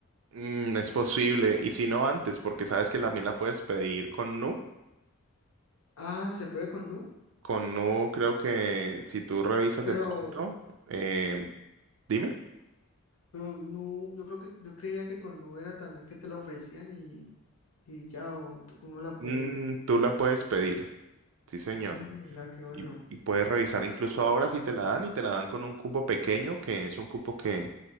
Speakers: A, on the right (about 60°); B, on the left (about 75°).
A: Mm, es posible, y si no antes, porque sabes que también la puedes pedir con Nu.
B: Ah, se puede con Nu,
A: Con Nu creo que si tú revisas
B: pero
A: de pronto, eh, dime,
B: Pero Nu, yo creo que yo creía que con Nu era también que te la ofrecían y, y ya o t- uno la puede.
A: Mm, tú la puedes pedir, sí señor.
B: Mm, mira qué bueno.
A: Y, y puedes revisar incluso ahora si te la dan y te la dan con un cupo pequeño, que es un cupo que,